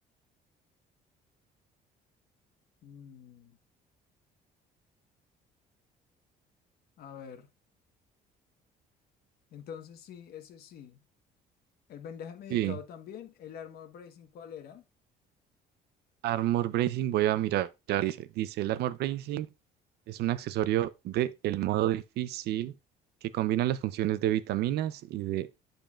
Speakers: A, on the left; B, on the right.
A: Mm, a ver. Entonces sí, ese sí. El vendaje medicado
B: Sí.
A: también. El armor bracing, ¿cuál era?
B: Armor Bracing, voy a mirar. Ya dice, dice, el Armor Bracing es un accesorio de el modo difícil que combina las funciones de vitaminas y de